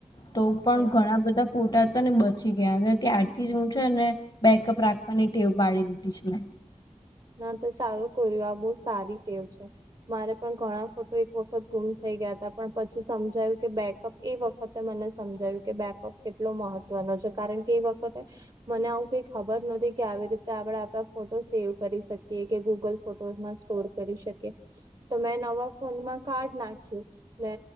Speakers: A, on the left; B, on the right.
A: તો
B: છે
A: પણ ઘણા બધા ફોટા હતા ને બચી ગયા અને ત્યારથી હું છે ને બેકઅપ રાખવાની ટેવ પાડી દીધી છે મેં
B: ના તો સારું કર્યું આ બહુ સારી ટેવ છે. મારે પણ ઘણા ફોટો એક વખત ગુમ થઈ ગયા હતા પણ પછી સમજાયું કે બેકઅપ એ વખતે મને સમજાય્યું કે બેકઅપ કેટલો મહત્વનો છે કારણ કે એ વખતે મને આવું કઈ ખબર નથી કે આવી રીતે આપડે આપડા ફોટો સેવ કરી શકીએ કે ગૂગલ ફોટોમાં સ્ટોર કરી શકીએ તો મેં નવા ફોનમાં કાર્ડ નાખ્યું ને